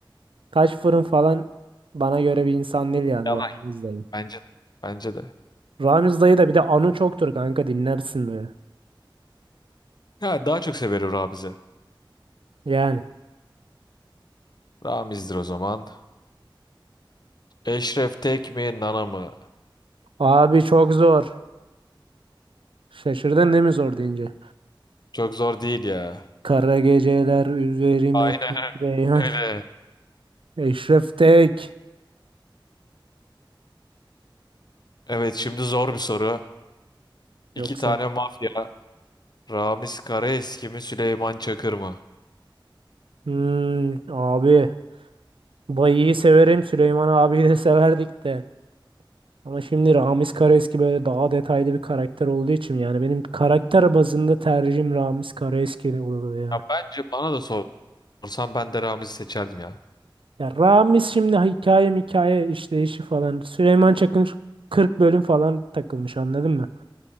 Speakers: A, on the right; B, on the left.
A: taş fırın falan bana göre bir insan değil yani
B: Yalay.
A: Ramiz dayı.
B: Bence de. Bence de.
A: Ramiz dayı da bir de anı çoktur kanka dinlersin böyle.
B: Ya daha çok severim Ramiz'i.
A: Yani.
B: Ramiz'dir o zaman. Eşref Tek mi? Nana mı?
A: Abi çok zor. Şaşırdın değil mi zor deyince?
B: Çok zor değil ya.
A: Kara geceler üzerime
B: Aynen
A: titreyen
B: öyle.
A: <laughs> Eşref Tek.
B: Evet şimdi zor bir soru.
A: Yoksa.
B: İki tane mafya. Ramiz Karaeski mi Süleyman Çakır mı?
A: Hmm, abi. Bayı'yı severim. Süleyman abiyi de severdik de. Ama şimdi Ramiz Karaeski böyle daha detaylı bir karakter olduğu için yani benim karakter bazında tercihim Ramiz Karaeski de olurdu ya.
B: Ya bence bana da sorsan ben de Ramiz'i seçerdim ya.
A: Ya Ramiz şimdi hikaye hikaye işleyişi falan. Süleyman Çakır 40 bölüm falan takılmış anladın mı?